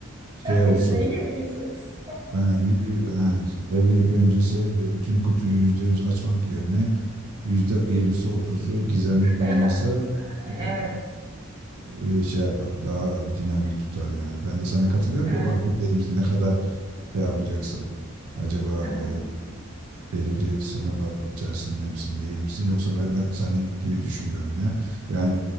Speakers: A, on the right; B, on the right.
A: şey olsun.
B: Yüzde yirmi, yüzde otuz.
A: Yani, yü- yü- yani evlilik öncesi bütün kutuyu yüzde yüz açmak yerine yüzde yirmisi otuzu gizemli kalması
B: <laughs> Evet,
A: e, e, şey yapar, daha dinamik tutar yani. Ben de sana katılıyorum
B: evet,
A: da bakayım dedim işte ne kadar şey yapacaksın. Acaba
B: evet,
A: e, belirli sınırlar içerisinde misin, değil misin? Yoksa ben de seni gibi düşünüyorum ya. Yani